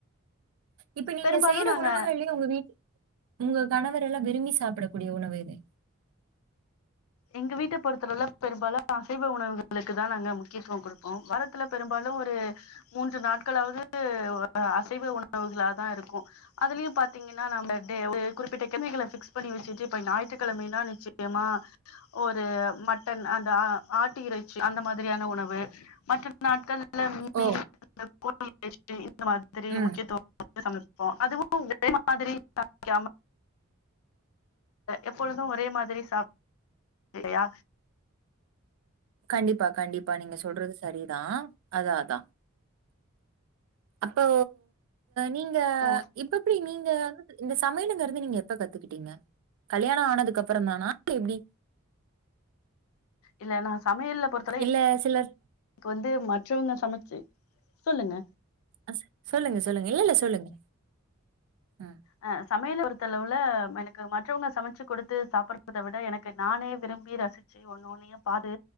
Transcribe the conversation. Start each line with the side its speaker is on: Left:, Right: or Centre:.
Right: இப்ப நீங்க
Left: பெரும்பாலு
Right: செய்யுற
Left: நாங்க
Right: உணவுகள்லயே உங்க வீட் உங்க கணவரெல்லா விரும்பி சாப்புடக்கூடிய உணவு எது
Left: எங்க வீட்ட பொறுத்தளவுல பெரும்பாலோ அசைவ உணவுகளுக்குதா நாங்க முக்கியத்துவோ குடுப்போ வார த்துல பெரும்பாலு ஒரு மூன்று நாட்களாவது அசைவ உணவுகளா தா இருக்கோ அதுலயு பாத்தீங்கன்னா நம்ம டே வந்து குறிப்பிட்ட கிளை பிக்ஸ் பண்ணி வெச்சுட்டு இப்ப ஞாயிறறுக்கிழமையனா நிச்சயமா ஒரு மட்டன் அந்த ஆ ஆட்டிறைச்சி அந்த மாதிரியான உணவு மட்டன் நாட்கள்ல மீன்
Right: ஓ!
Left: வெச்ட்டு இந்த மாதிரி
Right: ம்.
Left: முக்கியத்துவோ கொடுத்து சமைப்போ அதுவு ஒரே மாதிரி சமைக்காம எப்பொழுது ஒரே மாதிரி சாப் இல்லயா
Right: கண்டிப்பா கண்டிப்பா நீங்க சொல்றது சரி தா அதாதா அப்போ நீங்க
Left: ஓ
Right: இப்ப எப்டி நீங்க இந்த சமையலுங்கறது நீங்க எப்ப கத்துக்கிட்டீங்க கல்யாண ஆனதுக்கு அப்புறோ தானா இல்ல எப்டி
Left: இல்ல நா சமையல்ல பொறுத்த
Right: இல்ல சிலர்
Left: க்கு வந்து மற்றவங்க சமச்சு சொல்லுங்க
Right: ஆ சொல்லுங்க சொல்லுங்க இல்ல இல்ல சொல்லுங்க ம்.
Left: ஆ சமையல் பொருத்தளவுல எனக்கு மற்றவங்க சமச்சு குடுத்து சாப்பிட்றத விட எனக்கு நானே விரும்பி ரசிச்சி சு ஒன்னு ஒன்னொயு பாத்து